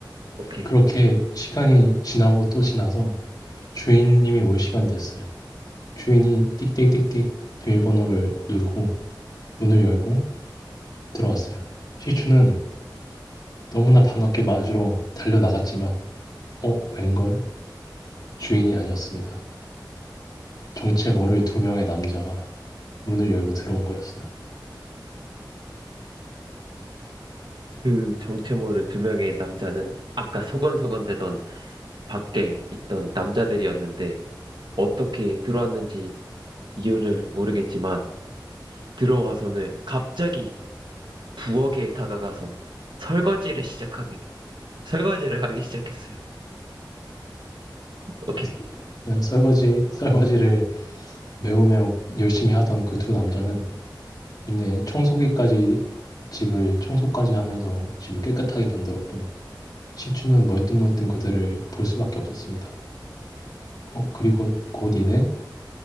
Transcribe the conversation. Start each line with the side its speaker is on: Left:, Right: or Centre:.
Right: 오케이.
Left: 그렇게 시간이 지나고 또 지나서 주인님이 올 시간이 됐어요. 주인이 띡띡띡띡 비밀번호를 누르고 문을 열고 들어왔어요. 시추는 너무나 반갑게 맞으러 달려나갔지만 어 웬걸 주인이 아니었습니다. 정체 모를 두 명의 남자가 문을 열고 들어온 거였어요.
Right: 그 정체 모를 두 명의 남자는 아까 소곤소곤대던 밖에 있던 남자들이었는데 어떻게 들어왔는지 이유를 모르겠지만 들어와서는 갑자기 부엌에 다가가서 설거지를 시작하기, 설거지를 하기 시작했어요. 오케이.
Left: 아, 네, 설거지 설거지를 매우 매우 열심히 하던 그 두 남자는 이내 청소기까지 집을 청소까지 하면서 집을 깨끗하게 만들었고 시추는 멀뚱멀뚱 그들을 볼 수밖에 없었습니다. 어, 그리고 곧 이내